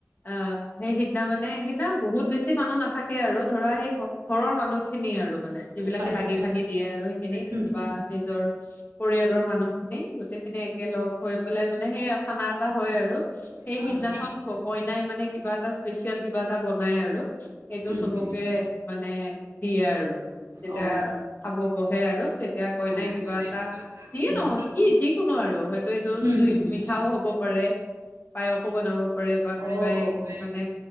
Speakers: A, on the left; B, on the right.
A: আহ সেই সিদিনা মানে। সেইদিনা বহুত বেছি মানুহ নাথাকে আৰু। ধৰা সেই ঘৰৰ মানুহ খিনিয়ে আৰু মানে যিবিলাকে
B: হয়
A: লাগি
B: হয়
A: ভাগি দিয়ে আৰু সেইখিনি
B: উম
A: বা
B: উম
A: নিজৰ পৰিয়ালৰ মানুহখিনি গোটেইখিনি একে লগ হৈ পেলাই মানে সেই খানা এটা হয় আৰু। সেই
B: হয়
A: সিদিনাখন
B: হয়।
A: ক কইনাই মানে। কিবা এটা স্পেচিয়েল কিবা এটা বনাই আৰু সেইটো
B: উম
A: চবকে
B: উম।
A: মানে দিয়ে আৰু। যেতিয়া
B: অ'
A: খাব বহে আৰু তেতিয়া কই নাই
B: আচ্ছা।
A: কিবা এটা যিয়ে
B: উম
A: নহ কি যিকোনো আৰু হয়তো এইটো
B: হুম
A: চুইট
B: হুম
A: মিঠাও
B: হুম।
A: হব পাৰে পায়সো বনাব পাৰে বা
B: অ'
A: কোনোবাই
B: উম উম।
A: মানে